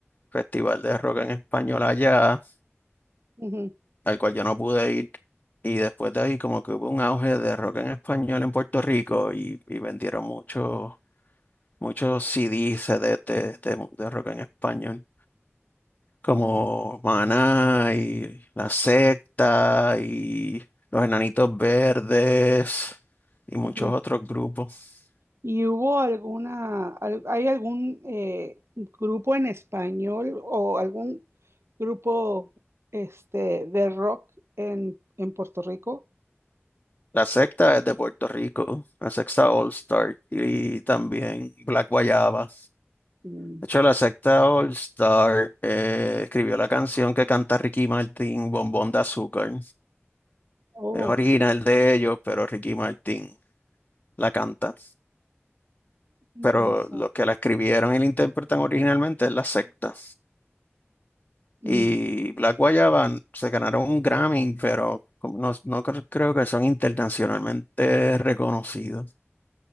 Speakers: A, on the left (about 35°); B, on the right (about 65°).
A: festival de rock en español allá,
B: ujú,
A: al cual yo no pude ir. Y después de ahí como que hubo un auge de rock en español en Puerto Rico y, y vendieron muchos muchos CDs, CDs de, de de rock en español. como
B: ujú,
A: Maná y La Secta y Los Enanitos Verdes y muchos
B: ujú.
A: otros grupos.
B: ¿Y hubo alguna, al- hay algún eh, grupo en español o algún grupo este, de rock en, en Puerto Rico?
A: La Secta es de Puerto Rico, La Secta All Star y también Black Guayaba.
B: Mm,
A: De hecho, La Secta All Star eh, escribió la canción que canta Ricky Martin, Bombón de Azúcar.
B: Oh,
A: Es original de ellos, pero Ricky Martin la canta.
B: interesante.
A: Pero los que la escribieron y la interpretan originalmente es La Secta.
B: Mm,
A: Y Black Guayaba se ganaron un Grammy, pero como no, no cre- creo que son internacionalmente reconocidos.